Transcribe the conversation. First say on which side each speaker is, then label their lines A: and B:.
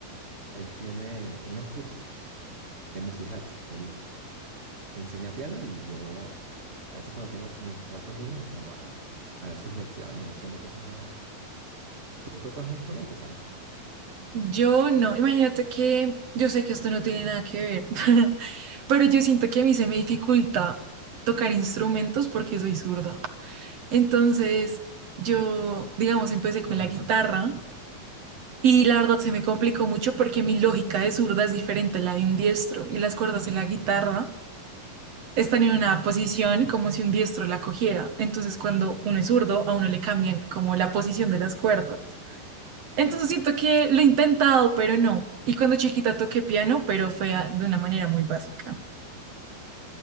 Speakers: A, on the right; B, on the right.
A: Él tiene unos cursos de music hacks. Él enseña piano y yo a veces cuando tengo mis ratos libres me pongo a, a ver sus lecciones y aprendo cosas nuevas. ¿Tú tocas un instrumento, Sara?
B: Yo no, imagínate que yo sé que esto no tiene nada que ver, <laughs> pero yo siento que a mí se me dificulta tocar instrumentos porque soy zurda. Entonces, yo, digamos, empecé con
A: <laughs>
B: la guitarra y la verdad se me complicó mucho porque mi lógica de zurda es diferente a la de un diestro y las cuerdas de la guitarra están en una posición como si un diestro la cogiera. Entonces, cuando uno es zurdo, a uno le cambian como la posición de las cuerdas. Entonces siento que lo he intentado, pero no. Y cuando chiquita toqué piano, pero fue a- de una manera muy básica.